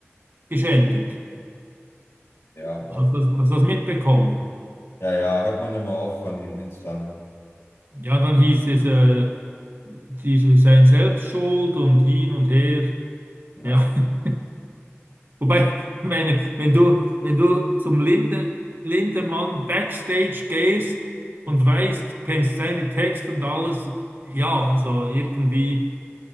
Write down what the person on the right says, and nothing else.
geschändet.
Hast du das, hast du das mitbekommen?
Ja, dann hieß es, äh, diese, sein Selbstschuld und hin und her.
Ja, <laughs> Wobei, meine, wenn du, wenn du zum Linde, Lindemann Backstage gehst und weißt, kennst seine Texte und alles, ja, also irgendwie,